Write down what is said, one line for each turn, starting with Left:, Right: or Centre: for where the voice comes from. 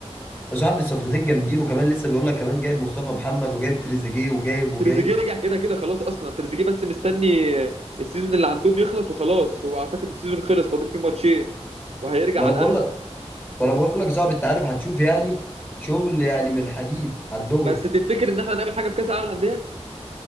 Left: يا صاحبي الصفقتين جامدين وكمان لسه بيقول لك كمان جايب مصطفى محمد وجايب تريزيجيه وجايب وجايب
Right: تريزيجيه رجع كده كده خلاص اصلا تريزيجيه بس مستني السيزون اللي عندهم يخلص وخلاص هو اعتقد السيزون خلص فاضل فيه ماتشين وهيرجع
Left: ما
Right: على
Left: انا بقول
Right: الاهلي
Left: لك ما انا بقول لك صعب انت عارف هتشوف يعني شغل يعني من حديد هتدغري
Right: بس تفتكر ان احنا نعمل حاجه في كاس العالم للانديه